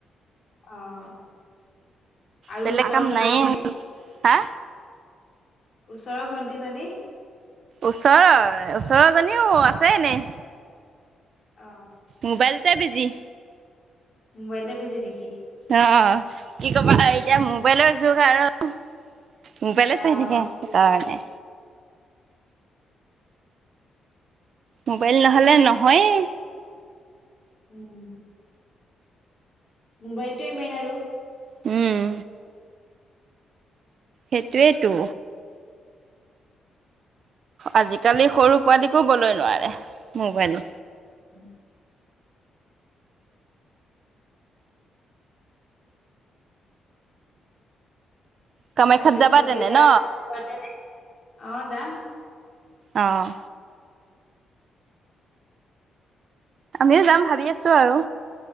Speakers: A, on the left; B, on the right.
A: আহ আৰু
B: বেলেগ
A: ওচৰৰ
B: কাম
A: ভণ্টিজনী
B: নাইয়ে হা
A: ওচৰৰ ভণ্টি জনী
B: ওচৰৰ ওচৰজনীও আছে এনেই
A: অ,
B: মোবাইলতে বিজি জি
A: মোবাইলতে বিজি নেকি?
B: অ কি কবা এতিয়া মোবাইলৰ যুগ আৰু মোবাইলে
A: অ,
B: চাই থাকে সেইকাৰণে
A: সেইটো
B: মোবাইল নহ'লে নহয়ে
A: উম মোবাইলটোৱে মেইন আৰু
B: উম সেইটোৱেইটো আজিকালি সৰু পোৱালীকো বলেই নোৱাৰে মোবাইল
A: উম
B: কামাখ্যাত
A: আৰু বাকী
B: যাবা তেনে
A: দেউতা
B: ন
A: ঘৰতে নে? অ যাম
B: আহঁ আমিও যাম ভাবি ভাবি আছো আৰু